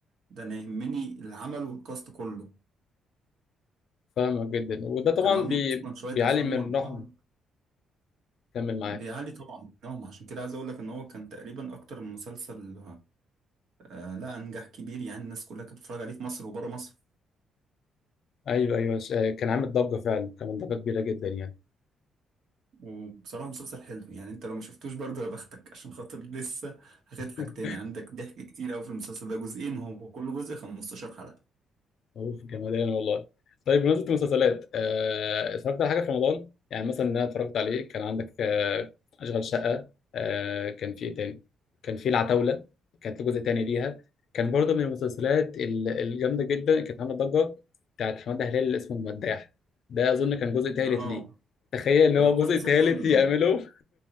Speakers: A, on the right; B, on the left.
A: ده انا يهمني العمل والكاست كله
B: فاهمك جدا وده طبعا
A: كانوا عاملين
B: بي
A: اصلا شويه
B: بيعلي
A: افلام
B: من
A: مع
B: روحنا
A: بعض
B: كمل معاك
A: بيعلي طبعا مستواهم عشان كده عايز اقول لك ان هو كان تقريبا اكتر من مسلسل آه لا انجح كبير يعني الناس كلها كانت بتتفرج عليه في مصر وبره مصر
B: ايوه ايوه ش- آه، كان عامل ضجه فعلا كان ضجه كبيره جدا يعني
A: وبصراحه مسلسل حلو يعني انت لو ما شفتوش برضه يا بختك عشان خاطر لسه هتضحك
B: <laughs>
A: تاني عندك ضحك كتير قوي في المسلسل ده جزئين هو كل جزء 15 حلقه
B: اوف جمدان والله طيب بمناسبة المسلسلات آه، اتفرجت على حاجة في رمضان يعني مثلا إن انا اتفرجت عليه كان عندك آه، اشغال شقة آه، كان في ايه تاني كان في العتاولة كانت جزء تاني ليها كان برضه من المسلسلات ال- الجامدة جدا كانت عاملة ضجة بتاعت حمادة هلال اللي اسمه المداح ده اظن كان جزء تالت
A: اه
B: ليه تخيل
A: وده
B: ان هو
A: كل
B: جزء تالت
A: سنه يعمل
B: يعمله
A: كده